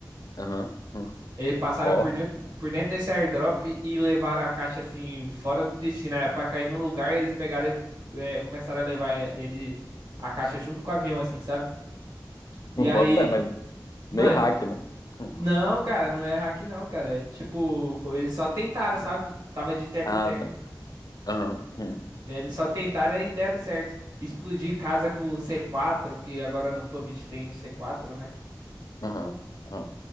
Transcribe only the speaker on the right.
Eles passaram
por dentro, por dentro desse airdrop e levaram a caixa, assim, fora do destino. Era pra cair num lugar e eles pegaram, e, eh, começaram a levar é, ele, a caixa junto com o avião, assim, sabe? E
aí,
mano.
Não, cara, não é hack não, cara. É Tipo, foi- eles só tentaram, sabe? Tava de teco-teco.
E aí Eles só tentaram e deram certo. Explodir casa com o c quatro, que agora no PUBG tem c quatro, né?